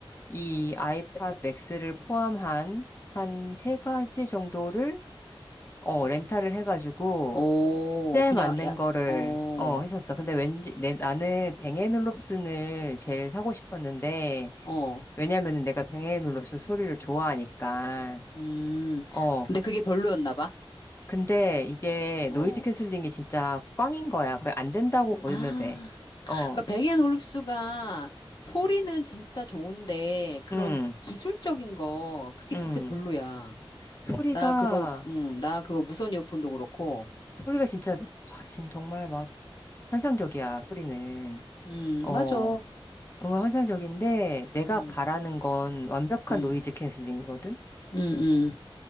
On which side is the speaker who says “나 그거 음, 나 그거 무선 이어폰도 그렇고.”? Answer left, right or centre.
Left